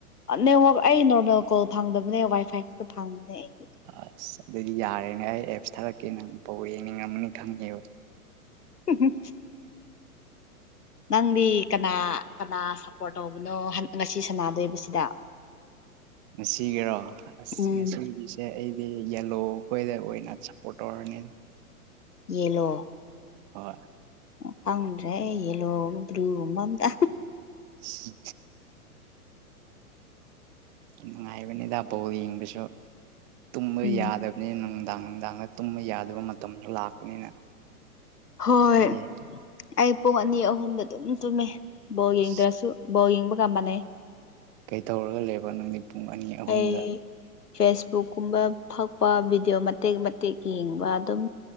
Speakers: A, on the left; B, on the right.
A: ꯅꯦꯋꯥꯛ ꯑꯩ ꯅꯣꯔꯃꯦꯜ ꯀꯣꯜ ꯐꯪꯗꯕꯅꯦ ꯋꯥꯏ ꯐꯥꯏ ꯈꯛꯇ ꯐꯪꯕꯅꯦ ꯑꯩꯒꯤ
B: ꯑꯁ ꯑꯗꯨꯗꯤ ꯌꯥꯔꯦꯅꯦ ꯑꯩ ꯑꯦꯞꯁ ꯊꯥꯔꯛꯀꯦ ꯅꯪꯐꯥꯎ ꯌꯦꯡꯅꯤꯡꯉꯝꯃꯅꯤ ꯈꯪꯉꯦꯕ
A: ꯎ ꯅꯪꯗꯤ ꯀꯅꯥ ꯀꯅꯥ ꯁꯞꯄꯣꯔꯠ ꯇꯧꯕꯅꯣ ꯉꯁꯤ ꯁꯥꯟꯅꯗꯣꯏꯕꯁꯤꯗ
B: ꯉꯁꯤꯒꯤꯔꯣ ꯑꯁ
A: ꯎꯝ
B: ꯉꯁꯤꯒꯤ ꯁꯦ ꯑꯩꯗꯤ ꯌꯦꯂꯣ ꯈꯈꯣꯏꯗ ꯑꯣꯏꯅ ꯁꯞꯄꯣꯔꯠ ꯇꯧꯔꯅꯤ
A: ꯌꯦꯂꯣ
B: ꯍꯣꯏ
A: ꯈꯪꯗ꯭ꯔꯦ ꯌꯦꯜꯂꯣ ꯕ꯭ꯔꯨꯃꯝꯗ
B: ꯎ ꯌꯥꯝ ꯅꯨꯡꯉꯥꯏꯕꯅꯤꯗ ꯕꯣꯜ ꯌꯦꯡꯕꯁꯨ ꯇꯨꯝꯕ
A: ꯎꯝ
B: ꯌꯥꯗꯕ ꯅ ꯅꯨꯡꯗꯥꯡ ꯅꯨꯡꯗꯥꯡꯗ ꯇꯨꯝꯕ ꯌꯥꯗꯕ ꯃꯇꯝꯁꯨ ꯂꯥꯛꯄꯅꯤꯅ
A: ꯍꯣꯏ
B: ꯈꯪꯉꯦ
A: ꯑꯩ ꯄꯨꯡ ꯑꯅꯤ ꯑꯍꯨꯝꯗ ꯑꯗꯨꯝ ꯇꯨꯝꯃꯦ ꯕꯣꯜ ꯌꯦꯡꯗ꯭ꯔꯁꯨ
B: ꯑꯁ
A: ꯕꯣꯜ ꯌꯦꯡꯕꯒ ꯃꯥꯟꯅꯩ
B: ꯀꯩ ꯇꯧꯔꯒ ꯂꯩꯕ ꯅꯪꯗꯤ ꯄꯨꯡ ꯑꯅꯤ ꯑꯍꯨꯝꯗ
A: ꯑꯩ ꯐꯦꯁꯕꯨꯛ ꯀꯨꯝꯕ ꯐꯛꯄ ꯚꯤꯗꯤꯑꯣ ꯃꯇꯦꯛ ꯃꯇꯦꯛ ꯌꯦꯡꯕ ꯑꯗꯨꯝ